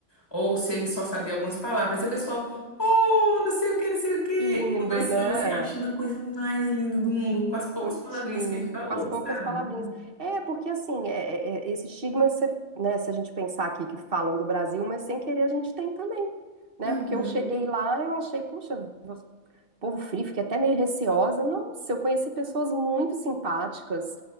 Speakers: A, on the left; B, on the right.
A: ou se ele só sabia algumas palavras. E o pessoal, oh, não sei o que, não sei o que,
B: Que lindo,
A: conversando
B: né?
A: assim, achando a coisa mais linda do mundo, com as poucas
B: Muitinho,
A: palavrinhas que ele falou,
B: faz poucas
A: sabe?
B: palavrinhas. É, porque assim, é- é- é- esse estigma, se, né, se a gente pensar aqui que falam do Brasil, mas sem querer a gente tem também, né?
A: Uhum,
B: Porque eu cheguei lá, eu achei, puxa, povo frio, fiquei até meio receosa. Nossa, eu conheci pessoas muito simpáticas.